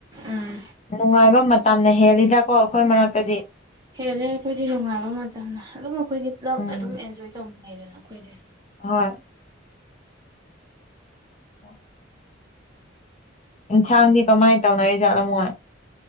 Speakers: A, on the right (about 20°); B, on the left (about 35°).
A: ꯎꯝ
B: ꯅꯨꯡꯉꯥꯏꯕ ꯃꯇꯝꯅ ꯍꯦꯜꯂꯤꯗꯀꯣ ꯑꯩꯈꯣꯏ ꯃꯔꯛꯇꯗꯤ
A: ꯍꯦꯜꯂꯦ ꯑꯩꯈꯣꯏꯗꯤ ꯅꯨꯡꯉꯥꯏꯕ ꯃꯇꯝ ꯑꯗꯨꯝ ꯑꯩꯈꯣꯏꯗꯤ ꯄꯨꯂꯞ
B: ꯎꯝ
A: ꯑꯗꯨꯝ ꯑꯦꯟꯖꯣꯏ ꯇꯧꯅꯤꯡꯉꯩꯗꯅ ꯑꯩꯈꯣꯏꯗꯤ
B: ꯍꯣꯏ ꯋꯥ ꯏꯟꯁꯥꯥꯡ ꯀꯃꯥꯏ ꯇꯧꯅꯔꯤ ꯆꯂ ꯑꯃꯣ